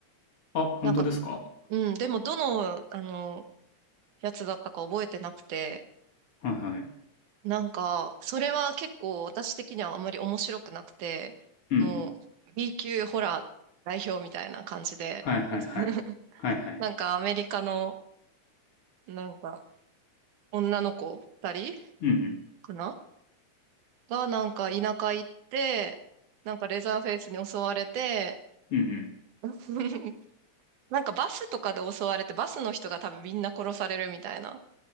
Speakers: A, on the left (about 50°); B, on the right (about 80°).
A: あ、
B: なんか、
A: 本当ですか
B: うん。でも、どの、あの、やつだったか覚えてなくて、
A: はいはい。
B: なんか、それは結構私的にはあんまり面白くなくて、
A: うんうん。
B: もう、B 級ホラー代表みたいな感じで、
A: はいはいはい。
B: <laughs>
A: はいはい。
B: なんかアメリカの、なんか、女の子二人
A: うんうん。
B: かなが、なんか田舎行って、なんかレザーフェイスに襲われて、
A: うんうん。
B: <laughs> なんかバスとかで襲われて、バスの人が多分みんな殺されるみたいな、